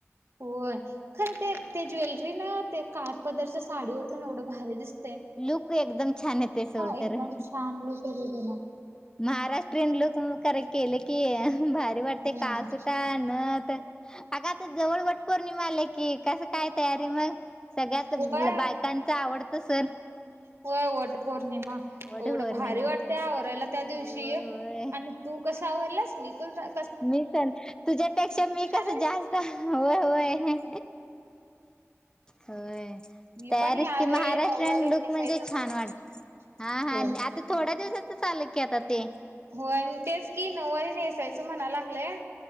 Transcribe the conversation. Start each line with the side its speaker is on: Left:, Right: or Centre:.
Right: होय खर ते ते ज्वेलरी ना ते काठ पदरच्या साडीवर तर एवढं भारी दिस
Left: लुक एकदम छान येतेय सोड कारण
Right: एकदम छान लुक येतो त्याला
Left: महाराष्ट्रीयन लूक करे केलं की भारी वाटते
Right: होय.
Left: का सुटा नत अग आता जवळवट पौर्णिमा आला की कस काय तयारी मग सगळ्यात
Right: होय
Left: ब बायकांच आवडत सण
Right: होय वट पौर्णिमा
Left: वट
Right: एवढं
Left: पौर्णिमा.
Right: भारी वाट ते आवरायला त्या
Left: होय
Right: दिवशी
Left: होय
Right: आणि तू कस आवरलास निकल दा
Left: मी कल तुझ्यापेक्षा मी कस
Right: आहेस.
Left: जास्त होय होय. होय.
Right: मी
Left: तयारीच
Right: पण ह्यावेेळी
Left: की महाराष्ट्रयन
Right: नऊवारी
Left: लुक
Right: नेसायचं
Left: म्हणजे छान
Right: म्हणाले.
Left: वाट हा हा
Right: होय.
Left: आता थोड्या दिवसातच आल की आता ते
Right: होय आणि तेच की नऊवारी नेसायचं म्हणायला लागलंय.